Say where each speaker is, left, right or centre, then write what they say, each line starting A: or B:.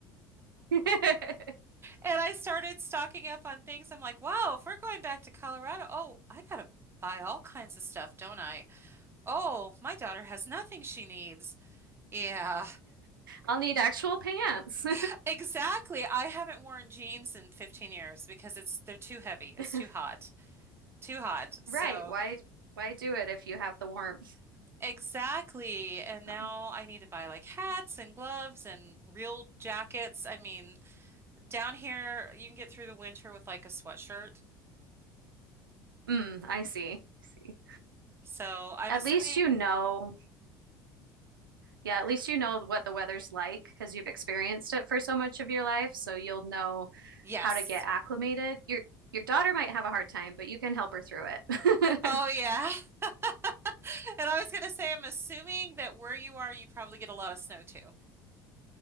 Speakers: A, on the right; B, on the right.
A: <laughs>
B: And I started stocking up on things. I'm like, wow, if we're going back to Colorado, oh, I gotta buy all kinds of stuff, don't I? Oh, my daughter has nothing she needs. Yeah,
A: I'll need actual pants.
B: <laughs> exactly. I haven't worn jeans in 15 years because it's they're too heavy. It's
A: <laughs>
B: too hot. Too hot. So,
A: Right. Why why do it if you have the warmth?
B: exactly. And now
A: Um,
B: I need to buy like hats and gloves and real jackets. I mean, down here you can get through the winter with like a sweatshirt.
A: mm, I see. I see.
B: So, I'm
A: At
B: assuming
A: least you know. Yeah, at least you know what the weather's like because you've experienced it for so much of your life, so you'll know
B: Yes.
A: how to get acclimated. Your your daughter might have a hard time, but you can help her through it.
B: Oh yeah.
A: <laughs>
B: <laughs> And I was gonna say, I'm assuming that where you are, you probably get a lot of snow too.